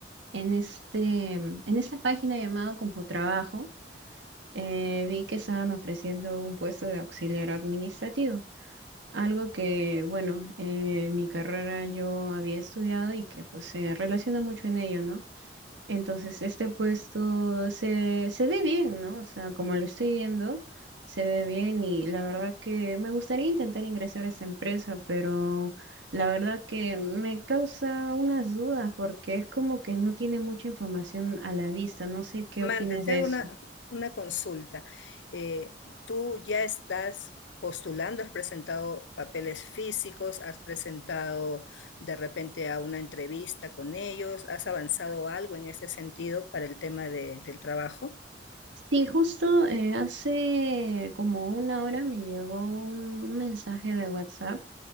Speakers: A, on the right; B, on the left.
A: este, en esta página llamada CompuTrabajo, eh, vi que estaban ofreciendo un puesto de auxiliar administrativo, algo que, bueno, eh, mi carrera yo había estudiado y que pues se relaciona mucho en ello, ¿no? Entonces, este puesto se, se ve bien, ¿no? O sea, como lo estoy viendo, se ve bien y la verdad que me gustaría intentar ingresar a esta empresa, pero la verdad que me causa unas dudas porque es como que no tiene mucha información a la vista. No sé qué
B: Amanda,
A: opinas
B: te
A: de
B: hago
A: eso.
B: una, una consulta. Eh, ¿tú ya estás postulando? ¿Has presentado papeles físicos? ¿Has presentado de repente a una entrevista con ellos? ¿Has avanzado algo en ese sentido para el tema de- del trabajo?
A: Sí, justo eh, hace como una hora me llegó un mensaje de WhatsApp